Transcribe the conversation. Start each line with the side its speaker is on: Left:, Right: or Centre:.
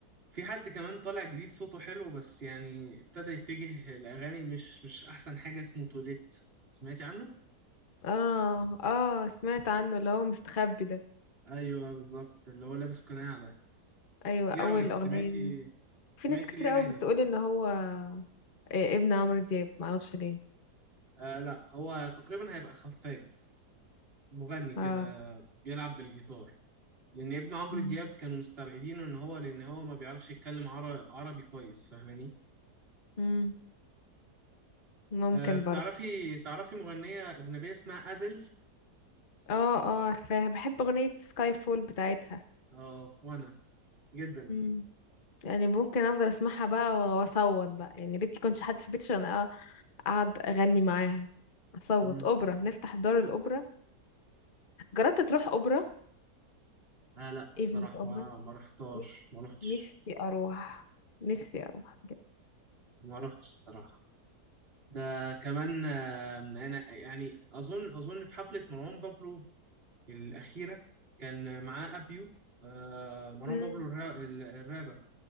Right: في حد كمان طالع جديد صوته حلو بس يعني ابتدى يتجه لاغاني مش مش احسن حاجه اسمه توليت سمعتي عنه
Left: اه اه سمعت عنه اللي هو مستخبي ده
Right: ايوه بالظبط اللي هو لابس قناع ده
Left: ايوه
Right: ايه
Left: اول
Right: رايك سمعتي
Left: اغنية ليه. في
Right: سمعتي
Left: ناس كتير
Right: ليه
Left: قوي
Right: اغاني
Left: بتقول
Right: اصلا
Left: ان هو إيه ابن عمرو دياب معرفش ليه
Right: آه لا هو تقريبا هيبقى خفاجي مغني كده
Left: اه
Right: بيلعب بالجيتار لان ابن عمرو
Left: مم.
Right: دياب كانوا مستبعدينه ان هو لان هو ما بيعرفش يتكلم عر- عربي كويس فاهماني
Left: مم. ممكن
Right: آه،
Left: برضه
Right: تعرفي تعرفي مغنية أجنبية اسمها أدل
Left: اه اه عارفاها بحب اغنية سكاي فول بتاعتها
Right: اه وأنا جدا
Left: مم. يعني ممكن افضل اسمعها بقى و- واصوت بقى يعني ريت يكونش حد في البيت عشان أ- اقعد اغني معاها اصوت
Right: مم.
Left: اوبرا نفتح دار الاوبرا جربت تروح اوبرا
Right: آه لا الصراحة
Left: ايفنت اوبرا
Right: ما ما رحتهاش
Left: نفسي
Right: ما رحتش
Left: نفسي اروح نفسي اروح بجد
Right: ما رحتش الصراحة ده كمان آه، أنا يعني أظن أظن في حفلة مروان بابلو الأخيرة كان معاه أبيو آه مروان
Left: مم.
Right: بابلو الرا- ال- الرابر